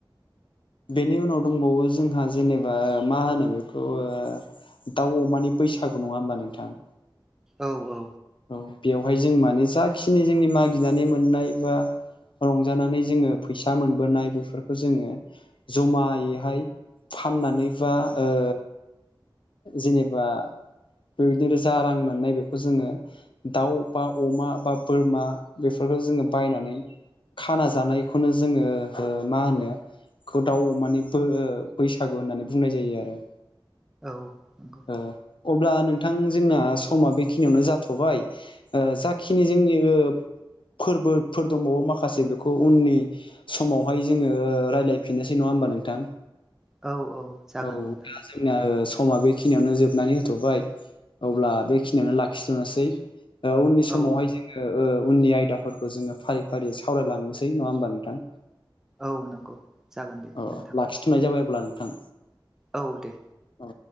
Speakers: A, on the left (about 70°); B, in the centre.
A: बेनि उनाव दंबावो जोंहा जेनेबा ओ मा होनो बेखौ ओ दाउ अमानि बैसागु नङा होमबा नोंथां?
B: औ औ।
A: औ बेवहाय जों माने जाखिनि जोंनि मागिनानै मोननाय बा रंजानानै जोङो फैसा मोनबोनाय बेफोरखौ जोङो जमायैहाय फाननानै बा ओ जेनेबा बेबायदिनो जा रां मोननाय बेखौ जोङो दाउ बा अमा बा बोरमा बेफोरखौ जोङो बायनानै खाना जानायखौनो जोङो ओ मा होनो खौ दाउ अमानि बो ओ बैसागु होननानै बुंनाय जायो आरो।
B: औ नंगौ।
A: ओ अब्ला नोंथां जोंना समा बेखिनियावनो जाथ'बाय। ओ जाखिनि जोंनि ओ फोरबोफोर दंबावो माखासे बेखौ उननि समावहाय जोङो रायलायफिननोसै नङा होमबा नोंथां?
B: औ औ। जागोन
A: औ
B: नोंथां
A: दा जोंनिया ओ समा बेखिनियावनो जोबनानै होथ'बाय। अब्ला बेखिनियावनो लाखिथ'नोसै। ओ उननि समावहाय
B: औ
A: जोङो ओ उननि आयदाफोरखौ जोङो फारि फारि सावरायलांनोसै नङा होमबा नोंथां?
B: औ नंगौ। जागोन दे
A: अ
B: नोंथां
A: लाखिथ'नाय जाबाय अब्ला नोंथां।
B: औ दे।
A: औ।